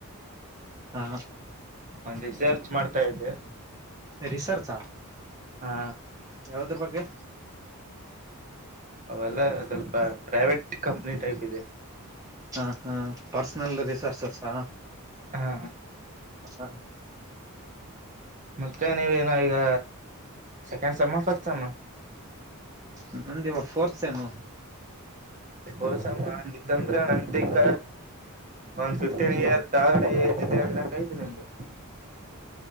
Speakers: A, on the right (about 15°); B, on the right (about 35°).
A: ಹಾ
B: ಒಂದು ರಿಸರ್ಚ್ ಮಾಡ್ತಾ ಇದ್ದೆ
A: ರಿಸರ್ಚಾ
B: ಹಾ
A: ಯಾವದ್ರ ಬಗ್ಗೆ
B: ಅವೆಲ್ಲ ಸ್ವಲ್ಪ ಪ್ರೈವೇಟ್ ಕಂಪ್ನಿ ಟೈಪ್ ಇದೆ
A: ಹಾ ಹಾ ಪರ್ಸನಲ್ ರಿಸೋರ್ಸಸಾ
B: ಹಾ
A: ಹಾ
B: ಮತ್ತೆ ನೀವೇನ ಈಗ ಸೆಕೆಂಡ್ ಸ ಫಸ್ತ್ ಸ
A: ನಮಂದವ ಫೋರ್ತ್ಸಏನು
B: ಹೋಸಮ್ಮ ನಿಿದ್ದಂದ್ರೆ ನಂತಿಕ ಒಂದ್ ಫಿಫ್ಟೀನ್ ಇಯರ್ ತಳಗಡೆ ಜೊತೆ ಅಂದಂಗೈಐದುು ನಿಮ್ದು